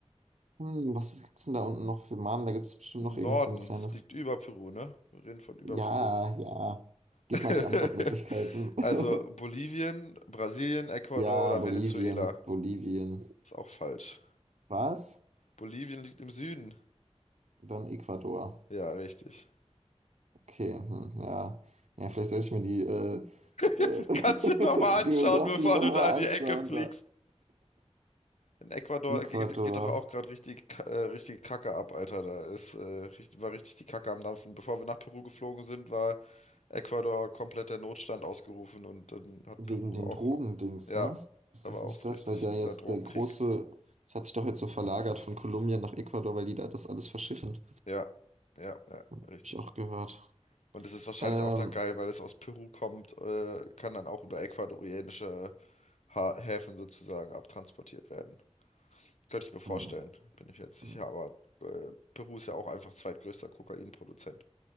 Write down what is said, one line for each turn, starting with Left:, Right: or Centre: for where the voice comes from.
Right: Hm, was gibt's denn da unten noch für Namen? Da gibt es bestimmt
Left: Norden,
Right: noch irgend so ein kleines.
Left: es liegt über Peru, ne? Wir reden von über
Right: Ja,
Left: Peru.
Right: ja. Gib
Left: <laughs>
Right: mal die Antwortmöglichkeiten.
Left: Also Bolivien,
Right: <laughs>
Left: Brasilien, Ecuador
Right: Ja,
Left: oder
Right: Bolivien,
Left: Venezuela.
Right: Bolivien.
Left: Ist auch falsch.
Right: Was?
Left: Bolivien liegt im Süden.
Right: Dann Ecuador.
Left: Ja, richtig. <laughs>
Right: Okay, hm, ja. Ja, vielleicht soll ich mir die äh, äh,
Left: Das kannst du nochmal
Right: <laughs> Geografie
Left: anschauen, bevor
Right: nochmal
Left: du da in die
Right: anschauen.
Left: Ecke fliegst.
Right: Da.
Left: In Ecuador
Right: Ecuador,
Left: geht, geht doch auch gerade richtig, Ka- äh, richtige Kacke ab, Alter. Da ist, äh, richtig, war richtig die Kacke am Dampfen. Bevor wir nach Peru geflogen sind, war Ecuador komplett der Notstand ausgerufen und dann hat
Right: wegen
Left: Peru
Right: den
Left: auch.
Right: Drogendings,
Left: Ja,
Right: ne? Ist
Left: da
Right: das
Left: war auch
Right: nicht
Left: so
Right: das?
Left: richtig,
Right: Weil der
Left: dieser
Right: jetzt
Left: Drogenkrieg.
Right: der große, es hat sich doch jetzt so verlagert von Kolumbien nach Ecuador, weil die da das alles verschiffen.
Left: Ja, ja, ja,
Right: Hab
Left: richtig.
Right: ich auch gehört.
Left: Und das ist wahrscheinlich
Right: Ähm,
Left: auch dann geil, weil es aus Peru kommt, äh, kann dann auch über ecuadorianische ha Häfen sozusagen abtransportiert werden. Könnte ich mir vorstellen,
Right: mm,
Left: bin ich jetzt sicher,
Right: mm,
Left: aber äh, Peru ist ja auch einfach zweitgrößter Kokainproduzent.